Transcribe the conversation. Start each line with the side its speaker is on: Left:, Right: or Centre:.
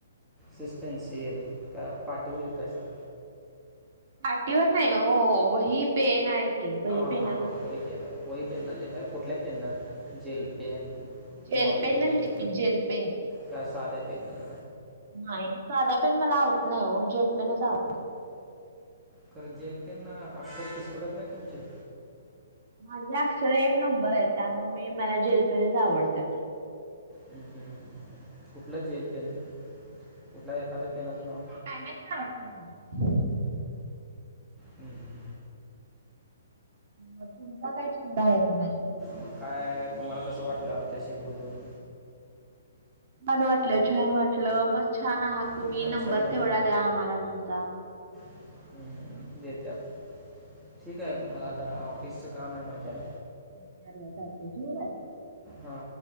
Centre: सिस्पेन्सल का पाठीव लीतासा
Right: पाटीवर नाही हो वही पेन आहे. की वही
Centre: हा
Right: पेनाने
Centre: हा हा होई पेन होई पेन न लिताय. कुठल्या पेन न जेल पेन
Right: जेल
Centre: बॉल पेन
Right: न लिहिते मी जेल पेन
Centre: का, सध्या पेनन.
Right: नाही साधा पेन मला आवडत नाही. हो जेल पेनच आवडतो.
Centre: खरं जेल पेन अक्षर पिसकटत नाही तुमचे?
Right: माझ्या अक्षर एक नंबर आहे. त्यामुळे मी मला जेलपेनेच आवडतात.
Centre: हम्म हम्म हम्म हम् कुठलं जेल पेन? कुठला एखाद्या पेनच नाव.
Right: <unintelligible>
Centre: ह!
Right: म तुमचा काही छंद आहे का नाही?
Centre: म काय तुम्हाला कसं वाटलं आमच्याशी बोलून!
Right: छान वाटलं छान वाटलं, मस छान आहात तुम्ही,
Centre: तुमचा
Right: नंबर
Centre: छंद
Right: तेवढा द्या आम्हाला तुमचा.
Centre: हूं देत्यात. ठीक आहे मला जरा ऑफिसचं काम आहे माझ्या.
Right: <unintelligible> चालतंय ठुव वा.
Centre: हा!